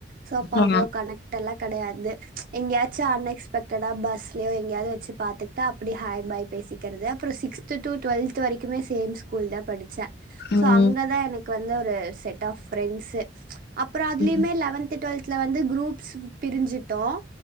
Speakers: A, on the right; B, on the left.
A: சோ அப்ப
B: ஆ
A: அவ்ளோ கனெக்ட் எல்லாம் கிடையாது எங்கயாச்சும் அன்எக்ஸ் க்டடா பஸ்லயோ எங்கயாவது வச்சு பாத்துட்டா அப்டி ஹாய் பாய் பேசிக்கிறது அப்பறம் சிக்ஸ்த் டு டுவெல்த் வரைக்குமே சேம் ஸ்கூல் தான் படிச்சேன்
B: ம்
A: சோ அங்கதான் எனக்கு வந்து ஒரு செட் ஆப் ஃப்ரெண்ட்ஸ்சு அப்றம் அதுலயுமே
B: ம்
A: லவென்த் டுவெல்த்ல வந்து குரூப்ஸ் பிரிஞ்சிட்டோம்